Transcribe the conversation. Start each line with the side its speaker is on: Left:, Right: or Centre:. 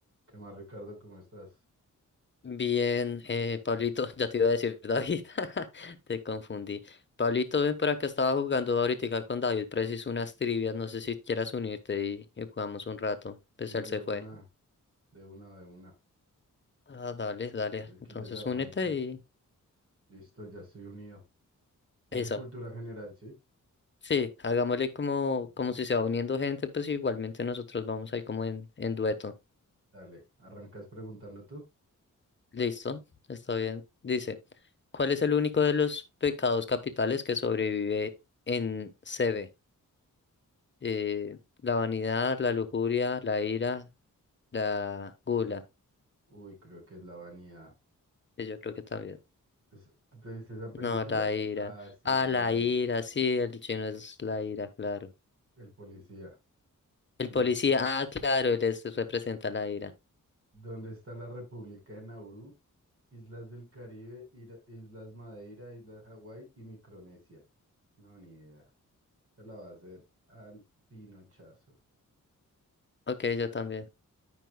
Right: ¿Qué más, Ricardo? ¿Cómo estás?
Left: Bien, eh, Pablito, <laughs> ya te iba a decir David, <laughs> te confundí. Pablito, ven para acá, estaba jugando ahorita con David, preciso unas trivias, no sé si quieras unirte y, y jugamos un rato, pues
Right: Uy,
Left: él
Right: de
Left: se
Right: una,
Left: fue.
Right: de una, de una.
Left: Ah, dale, dale,
Right: Si quieres,
Left: entonces
Right: arranca.
Left: únete y
Right: Listo, ya estoy unido. Es
Left: eso.
Right: de cultura general, ¿sí?
Left: Sí, hagámosle como, como si se va uniendo gente, pues igualmente nosotros vamos ahí como en, en dueto.
Right: Dale, arrancas preguntando tú.
Left: Listo, está bien. Dice, ¿cuál es el único de los pecados capitales que sobrevive en C B eh, la vanidad, la lujuria, la ira, la gula.
Right: Uy, creo que es la vanidad.
Left: que Yo creo que también.
Right: Es- ¿tú ¿Te viste esa película?
Left: No, la ira.
Right: Ah, sí,
Left: Ah,
Right: es la
Left: la
Right: de
Left: ira, sí, el chino es la ira, claro.
Right: el policía.
Left: El
Right: Listo.
Left: policía, ah, claro, él es- representa la ira.
Right: ¿Dónde está la República de Nauru? Islas del Caribe, Ira- Islas Madeira, Islas Hawái y Micronesia. No, ni idea. Se la va a hacer al pinochazo.
Left: Ok, yo también.